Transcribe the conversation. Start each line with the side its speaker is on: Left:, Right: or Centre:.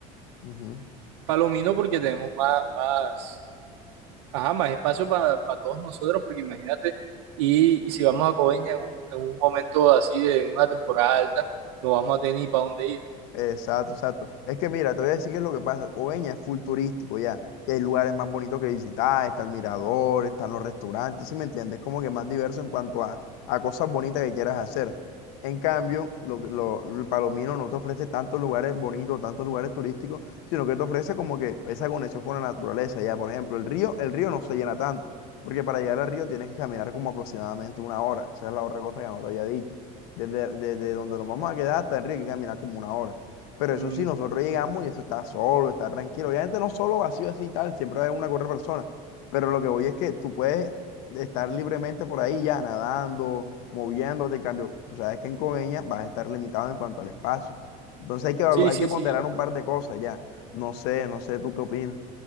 Left: Ujú.
Right: Palomino porque tenemos más, más, ajá, más espacio para todos nosotros, porque imagínate, y, y si vamos a Coveña en un, en un momento así de una temporada alta, no vamos a tener ni para dónde ir.
Left: Exacto, exacto. Es que mira, te voy a decir qué es lo que pasa. Coveña es full turístico ya. Y hay lugares más bonitos que visitar, está el mirador, están los restaurantes, ¿sí me entiendes? Es como que más diverso en cuanto a, a cosas bonitas que quieras hacer. En cambio, lo, que- lo, el Palomino no te ofrece tantos lugares bonitos, tantos lugares turísticos, sino que te ofrece como que esa conexión con la naturaleza ya. Por ejemplo, el río, el río no se llena tanto, porque para llegar al río tienes que caminar como aproximadamente una hora. Esa es la otra cosa que no te había dicho. Desde, desde donde nos vamos a quedar hasta el río hay que caminar como una hora. Pero eso
Right: Mm,
Left: sí, nosotros llegamos y eso está solo, está tranquilo. Obviamente no solo vacío así y tal, siempre hay una otra persona. Pero lo que voy es que tú puedes estar libremente por ahí ya nadando, moviéndote. En cambio, tú sabes que en Coveña vas a estar limitado en cuanto al espacio. Entonces hay que, evalu-
Right: sí,
Left: hay
Right: sí,
Left: que ponderar
Right: sí.
Left: un par de cosas ya. No sé, no sé, ¿tú qué opinas?